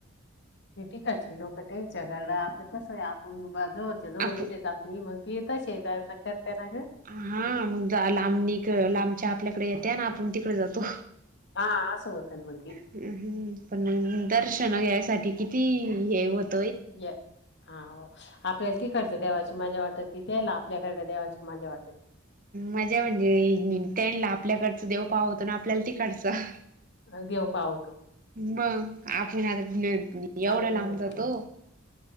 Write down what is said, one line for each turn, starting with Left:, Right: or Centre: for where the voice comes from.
Left: टकायचे लोक जगाला! आप कसं आहे आपण बाज होते.
Right: आप
Left: नि मग पीेतश अ न करते ना का!
Right: हा मग लांबणी लांबच्या आपल्याकडे येते ना? आपण तिकडे जातो.
Left: हा आस होतन मंगली!
Right: ह्! पण दर्शन घ्यायसाठी किती हे होत?
Left: या <unintelligible> <inaudible> हा! हो! आपल्याला तिकडचं देवाची मजा वाटल! तिथयला आपल्याकडडे देवाची मजा वाटल! !
Right: मजा म्हणजे त्यांनला आपल्याकडचं! देव पाव होतं ना? आपल्याला तिकडचं!
Left: अ देव पाओ!
Right: मग आपण आता एवढं
Left: चांगलं
Right: लांबतातो!
Left: होतं मग